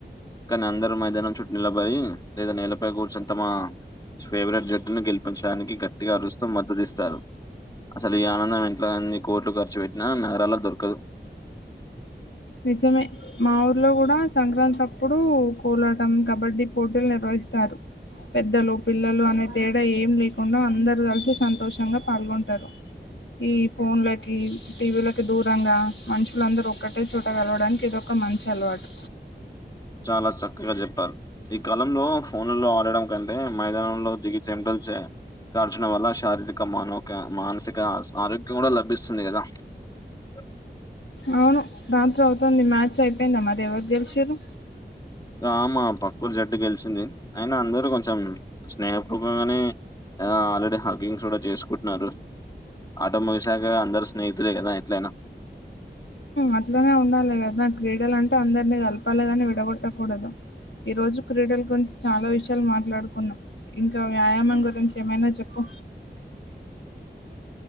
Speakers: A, on the left; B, on the left.
A: కానీ అందరూ మైదానం చుట్టు నిలబడి లేదా నీలపై కూర్చునింతమ ఫేవరెట్ జట్టును గెలిపించడానికి గట్టిగా అరుస్తూ మద్దతు ఇస్తారు అసలు ఈ ఆనందం ఇంట్ల అన్ని కోర్ట్లు ఖర్చు పెట్టినా నగరాల్లో దొరకదు
B: నిజమే మా ఊర్లో కూడా సంక్రాంతి అప్పుడు కోలాటం కబడ్డీ పోటీలు నిర్వహించ స్తారు పెద్దలు పిల్లలు అనే తేడా ఏం లేకుండా అందరు కలిసి సంతోషంగా పాల్గొంటారు ఈ ఫోన్లకి టీవీలకి దూరంగా మనుషులందరూ ఒక్క అట్టే చూడగలవడానికి ఇదొక మంచి అలవాటు
A: చాలా చక్కగా చెప్పారు ఈ కాలంలో ఫోన్లో ఆడడం కంటే మైదానంలో దిగి చె చే దార్చడం వల్ల శారీరక మానోక మానసిక ఆరోగ్యం కూడా లభిస్తుంది కదా ఓ
B: అవును రాత్రి అవుతుంది మ్యాచ్ అయిపోయిందా మరి ఎవరు గెలిచారు
A: ఆ మా పక్కరు జట్టు గెలిసింది ఆయిన అందరు కొంచెం స్నేహపూర్వకంగానే ఆ ఆల్రెడీ హాకింగ్స్ కూడా చేసుకుంటున్నారు ఆట ముగిశాక అందరు స్నేహితులే కదా ఎట్లయినా
B: అట్లానే ఉండాలి కదా క్రీడలు అంటే అందరినీ కలపాలి గాని విడగొట్టకూడదు ఈ రోజు క్రీడల గురించి చాలా విషయాలు మాట్లాడుకు కున్నాం ఇంకా వ్యాయామం గురించి ఏమైనా చెప్పు